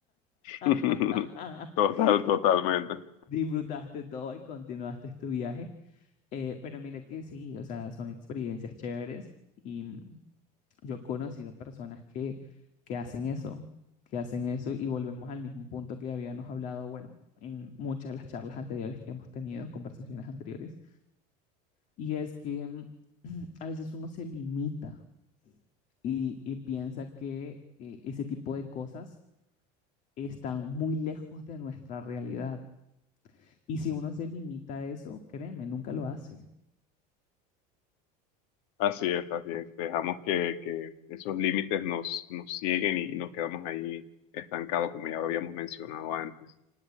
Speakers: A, on the left; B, on the left.
A: <laughs>
B: <laughs>
A: Total, totalmente.
B: disfrutaste todo y continuaste tu viaje Eh, pero mira que sí, o sea, son experiencias chéveres y mm, yo he conocido personas que, que hacen eso, que hacen eso y volvemos al mismo punto que habíamos hablado, bueno, en muchas de las charlas anteriores que hemos tenido, conversaciones anteriores, y es que mm, <clears throat> a veces uno se limita y, y piensa que eh, ese tipo de cosas están muy lejos de nuestra realidad. Y si uno se limita a eso, créeme, nunca lo hace.
A: Así es, así es. Dejamos que, que esos límites nos, nos siguen y nos quedamos ahí estancados, como ya lo habíamos mencionado antes.